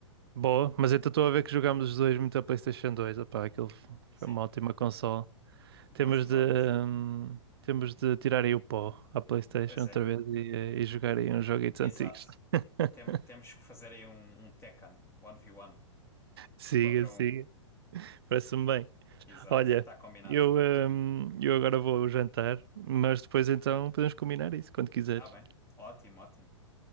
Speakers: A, on the right; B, on the left.
A: Boa, mas então estou a ver que jogámos os dois muito a PlayStation dois Opá, aquilo
B: Sim,
A: foi uma ótima consola.
B: boas
A: Temos
B: memórias.
A: de, hum, temos de tirar aí o pó à PlayStation
B: Pois
A: outra
B: é,
A: vez e, eh, e jogar aí uns joguitos
B: exato.
A: antigos. <laughs>
B: Tem- temos que fazer aí um, um Tekken 1v1, um
A: Siga,
B: um contra
A: siga.
B: um.
A: Parece-me bem.
B: Exato,
A: Olha,
B: está combinado.
A: eu, hum, eu agora vou jantar, mas depois então podemos combinar isso quando quiseres.
B: Está bem, ótimo, ótimo.